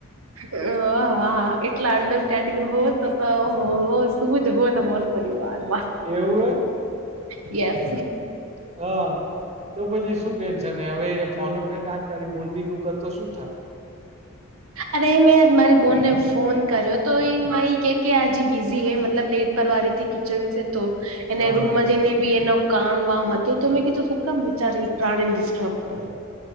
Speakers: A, on the right; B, on the right.
A: હ હા એટલા અંડરસ્ટેન્ડિંગ હોત તો તો હો શું જ હોત અમારું પરિવાર માં
B: એવું એ
A: યસ.
B: હા. તો પછી શું ટેન્શન હવે ફોન અ ફ્રેન્ડ આ તારી બોન ભેગું કરતો શું થાય.
A: અરે મેં મારી બોનને ફોન કર્યો તો એ મા એ કે કે આજ બિઝી હૈ મતલબ લેટ પરવારીથી કિચન છે તો એને
B: હા
A: રૂમમાં જઈને બી એનો કામ વામ હતો તો મેં કીધું શું કામ બિચારી પ્રાણીને ડિસ્ટર્બ કર